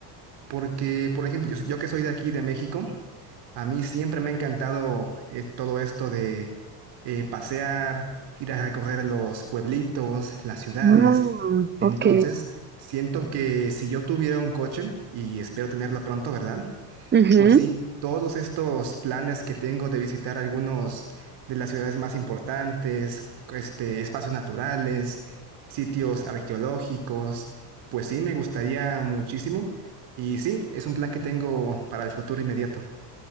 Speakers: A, on the right; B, on the right.
A: Porque, por ejemplo, yo, yo que soy de aquí, de México, a mí siempre me ha encantado eh, todo esto de eh, pasear, ir a recorrer los pueblitos, las ciudades.
B: Wow.
A: Entonces,
B: Ok.
A: siento que si yo tuviera un coche, y espero tenerlo pronto, ¿verdad?
B: Ujú.
A: Pues sí, todos estos planes que tengo de visitar algunos de las ciudades más importantes, este, espacios naturales, sitios arqueológicos, pues sí, me gustaría muchísimo. Y sí, es un plan que tengo para el futuro inmediato.